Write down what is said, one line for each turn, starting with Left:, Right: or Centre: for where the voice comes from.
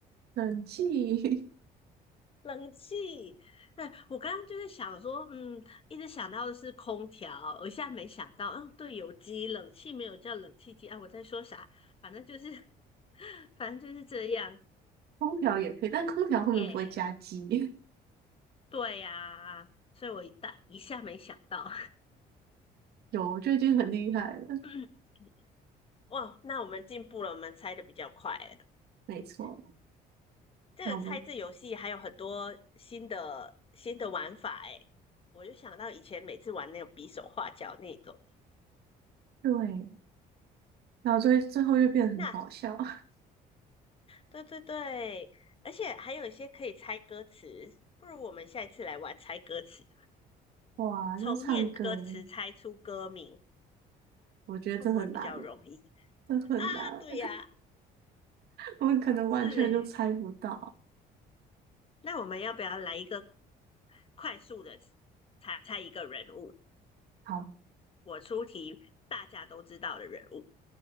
Right: 冷气、
Left: 冷气。对，我刚刚就是想说，嗯，一直想到的是空调，我现在没想到，嗯，对，有机冷气没有叫冷气机啊，我在说啥？反正就是，<laughs> 反正就是这样，
Right: <laughs> 空调也可以，但空调后面不会加鸡。
Left: 耶、对呀、所以我一大一下没想到，
Right: <laughs> 有，就已经很厉害了。
Left: <laughs> 哇，那我们进步了，我们猜的比较快了。
Right: 没错，
Left: 对，这个猜字游戏还有很多新的新的玩法哎，
Right: 那我们
Left: 我就想到以前每次玩那种比手画脚那种。
Right: 对，然后最最后就变得很搞笑。
Left: 那
Right: <laughs>
Left: 对对对，而且还有一些可以猜歌词，不如我们下一次来玩猜歌词，
Right: 哇，
Left: 从念歌词猜出歌名，
Right: 要唱歌，我觉得这很难。
Left: 会不会比较容易
Right: 这很难，
Left: 啊？对呀、
Right: 我们可能完全就猜不到。
Left: 是诶，那我们要不要来一个快速的猜猜一个人物，
Right: 好，
Left: 我出题大家都知道的人物，